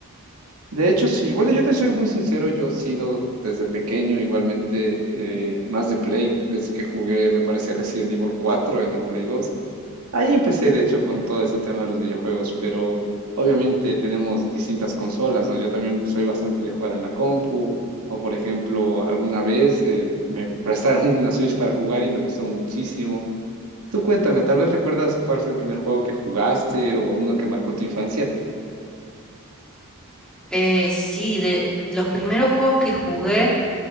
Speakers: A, on the right; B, in the centre.
A: De hecho, sí. Bueno, yo te soy muy sincero, yo he sido desde pequeño igualmente eh, más de Play, desde que jugué, me parece, Resident Evil 4 en el Play dos Ahí empecé, de hecho, con todo ese tema de los videojuegos, pero obviamente tenemos distintas consolas, ¿no? Yo también soy bastante de jugar en la compu, o por ejemplo, alguna vez eh, me prestaron una Switch para jugar y me gustó muchísimo. Tú cuéntame, tal vez recuerdas cuál fue el primer juego que jugaste o uno que marcó tu infancia.
B: Eh, sí, de los primeros juegos que jugué.